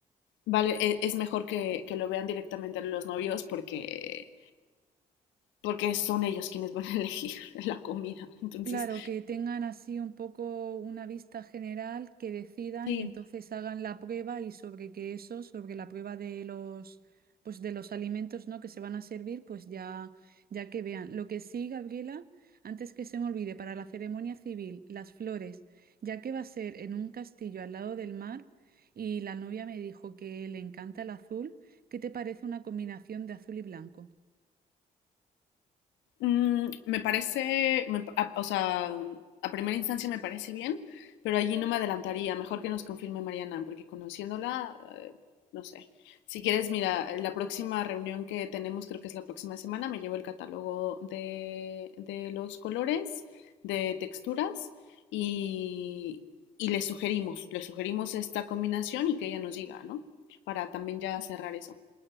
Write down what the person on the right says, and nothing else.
Claro, que tengan así un poco una vista general, que decidan
y entonces hagan la prueba y sobre que eso, sobre la prueba de los, pues de los alimentos, ¿no? que se van a servir, pues ya, ya que vean. Lo que sí, Gabriela, antes que se me olvide, para la ceremonia civil, las flores, ya que va a ser en un castillo al lado del mar y la novia me dijo que le encanta el azul, ¿qué te parece una combinación de azul y blanco?